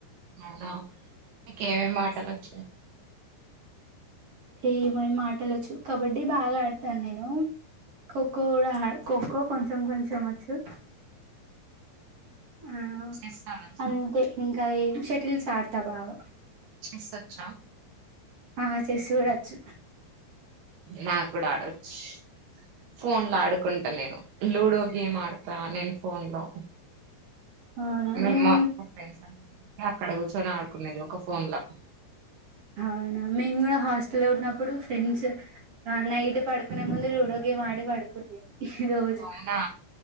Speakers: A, on the right; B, on the right.
A: అవునా మీకు ఏమేం ఆటలు వచ్చు
B: ఏమేమి ఆటలు వచ్చు కబడ్డీ బాగా ఆడతాను నేను ఖోఖో కూడా ఖో కో కొంచెం కొంచం వచ్చు ఆ
A: చెస్ ఆడొచ్చా
B: అంతే ఇంకా ఏం షటిల్స్ ఆడతా బాగా
A: చెస్ వచ్చ
B: ఆ చెస్ కూడా వచ్చు
A: నాకు కూడా ఆడవచ్చు ఫోన్ లో ఆడుకుంటా నేను లూడో గేమ్ ఆడతా నేను ఫోన్లు
B: అవునా
A: మే
B: నేను
A: మా మా ఫ్రెండ్స్ అండి అక్కడ కూర్చొని ఆడుకునేది ఒక ఫోన్ లో
B: అవునా మేము కూడా హాస్టల్లో లో ఉన్నప్పుడు ఫ్రెండ్స్ నైట్ పడుకునే ముందు లూడో గేమ్ ఆడి పడుకునేది రోజు
A: అవునా